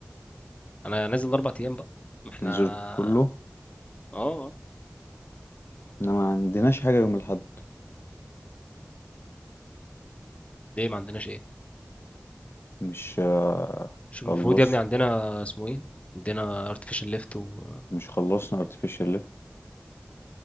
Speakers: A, on the left; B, on the left.
A: أنا نازل أربع أيام بقى ما إحنا
B: تنزل كله
A: آه
B: احنا ما عندناش حاجة يوم الاحد
A: ليه ما عندناش إيه؟
B: مش آه،
A: مش المفروض
B: خلص
A: يا ابني عندنا اسمه ايه عندنا artificial lift و
B: مش خلصنا artificial lift